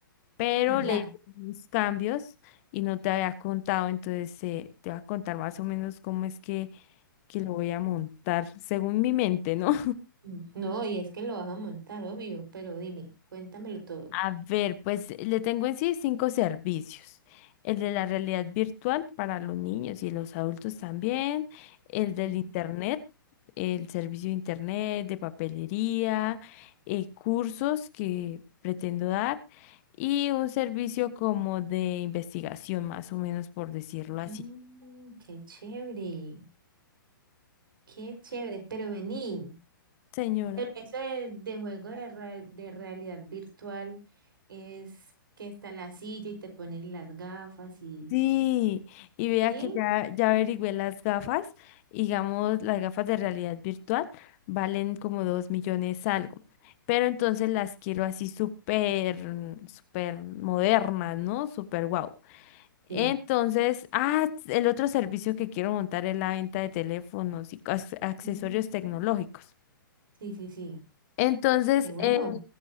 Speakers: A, on the left; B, on the right.
A: Pero
B: ya.
A: le hice unos cambios y no te había contado, entonces eh, te voy a contar más o menos cómo es que, que lo voy a montar según mi mente, ¿no?
B: Mm, No, y es que lo vas a montar, obvio, pero dime, cuéntamelo todo.
A: A ver, pues eh, le tengo en sí cinco servicios. El de la realidad virtual para los niños y los adultos también. El del
B: Y,
A: internet, el servicio de internet, de papelería, eh, cursos que pretendo dar y un servicio como de investigación, más o menos por decirlo así.
B: "Mm, qué chévere, qué chévere, pero vení.
A: Señora.
B: Pero eso de, de juego de, rea- de realidad virtual es que está la silla y te ponen las gafas y...
A: Sí, y vea
B: ¿Sí?
A: que ya, ya averigüé las gafas, y digamos, las gafas de realidad virtual valen como dos millones algo, pero entonces las quiero así súper, súper modernas, ¿no? Súper guau. Entonces,
B: Sí.
A: ah, el otro servicio que quiero montar es la venta de teléfonos y ac- accesorios
B: Mm,
A: tecnológicos.
B: Sí, sí, sí.
A: Entonces,
B: Qué bueno.
A: eh,